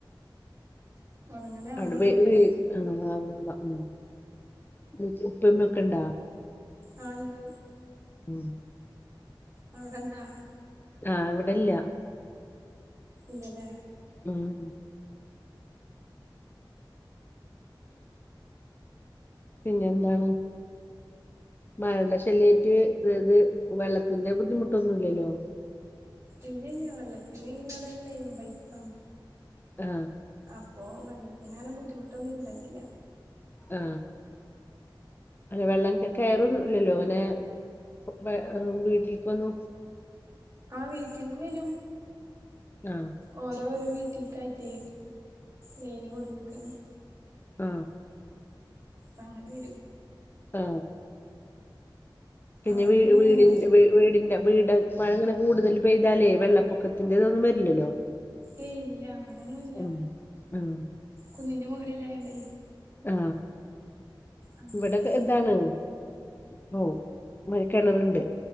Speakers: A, on the right; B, on the left.
A: ഉറങ്ങാനാവണള്ളൂല്ലേ
B: <unintelligible> ഉപ്പെമ്മേക്കെ ഇണ്ടാ
A: ആ ണ്ട്
B: ഉം
A: അവിടെണ്ടോ
B: ആ ഇവടെല്ല
A: ഇല്ലല്ലേ
B: ഉം പിന്നെ എന്താണ് മഴയുടെ ശല്യായിട്ട് അതായത് വെള്ളത്തിന്റെ ബുദ്ധിമുട്ടൊന്നുല്ലല്ലോ
A: ഇല്ല ഇല്ല വെള്ളത്തിന് ഇവിടെ ലൈൻ ബൈപ്പാണ്
B: ആ
A: അപ്പോ വെള്ളത്തിനങ്ങനെ ബുദ്ധിമുട്ടൊന്നും ണ്ടായിട്ടില്ല
B: ആ അങ്ങനെ വെള്ളം കേ കേറുവൊന്നുല്ലല്ലോ അങ്ങനെ വെ വീട്ടിൽക്കൊന്നും
A: ആ വീട്ടിൽക്ക് വരും
B: ആ
A: ഓരോരോ വീട്ടിൽക്കായിട്ടേ ലൈന് കൊടുത്ത്ക്കണം
B: ആ
A: അപ്പം അങ്ങനെ വരും
B: ആ പിന്നെ
A: അവിടൊക്കെ
B: വി
A: എങ്ങനെ
B: വീടി വി വീടിന്റെ വീട് മഴ ഇങ്ങനെ കൂടുതൽ പെയ്താലേ വെള്ളപ്പൊക്കത്തിന്റെതൊന്നും വരില്ലല്ലോ
A: ഏയ് ഇല്ല അങ്ങനൊന്നുല്യാ
B: ഉം ആഹ്
A: കുന്നിന്റെ മുകളിലായോണ്ടേ
B: ആ
A: അങ്ങനൊന്നും
B: ഇവിടൊക്കെ
A: ഇല്ല
B: ഇതാണ് മ ഒ മഴകെണറ്ണ്ട്